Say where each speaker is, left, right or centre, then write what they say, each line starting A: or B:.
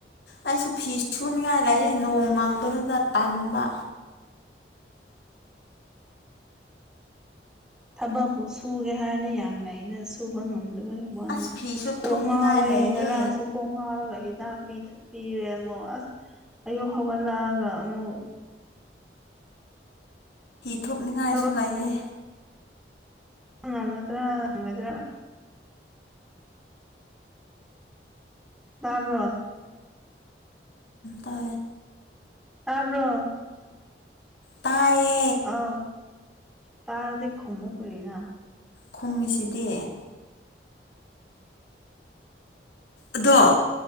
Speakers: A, on the left (about 85°); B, in the centre.
A: ꯑꯩꯁꯨ ꯐꯤ ꯁꯨꯅꯤꯡꯉꯥꯏ ꯂꯩꯌꯦ ꯅꯣꯡ ꯃꯪꯕꯗꯨꯗ ꯇꯟꯕ
B: ꯊꯕꯛꯄꯨ ꯁꯨꯒꯦ ꯍꯥꯏꯅ ꯌꯥꯝ ꯂꯩꯩꯅ ꯁꯨꯕ ꯉꯝ
A: ꯑꯁ
B: ꯅꯦꯦ
A: ꯐꯤꯁꯨ
B: ꯀꯉꯥꯕꯦ
A: ꯊꯨꯞꯅꯤꯡꯉꯥꯏ ꯂꯩꯌꯦ
B: ꯏꯁꯨ ꯀꯉꯥꯔ ꯀ ꯥꯛ ꯄꯤꯔꯦ ꯑꯃꯨꯛ ꯑꯁ ꯑꯌꯨꯛ ꯍꯧꯒꯠꯂꯛꯑꯒ ꯑꯃꯨꯛ
A: ꯊꯣꯛꯅꯤꯡꯉꯥꯏꯁꯨ
B: ꯊꯕꯛ
A: ꯂꯩꯌꯦ
B: ꯉꯝꯒꯗ꯭ꯔꯥ ꯍꯪꯒꯗ꯭ꯔꯥ ꯇꯥꯕ꯭ꯔꯣ
A: ꯑꯇ
B: ꯇꯥꯕ꯭ꯔꯣ
A: ꯇꯥꯏꯌꯦꯦ
B: ꯑ ꯇꯥꯔꯗꯤ ꯈꯃꯨꯛ꯭ꯔꯔꯤꯅ
A: ꯈꯨꯝꯃꯤꯁꯤꯗꯤ ꯑꯗꯣ